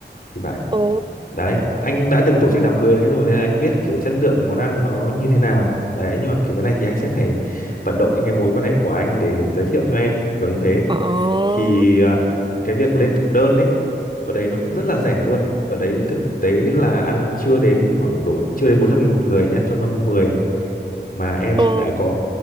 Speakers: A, on the left; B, on the right.
A: thì phải
B: Ồ
A: đấy anh đã từng tổ chức đám cưới đấy rồi nên anh biết kiểu chất lượng món ăn nó như thế nào đấy nhưng mà kiểu cái này thì anh sẽ phải vận động những cái mối quan hệ của anh để giới thiệu cho em kiểu như thế
B: ồ
A: thì à, cái việc lên thực đơn ấy ở đấy nó cũng rất là rẻ luôn ở đấy thực tế là ăn chưa đến khoảng độ chưa đến bốn trăm nghìn một người nhá cho mâm 10 mà em
B: ồ
A: đã có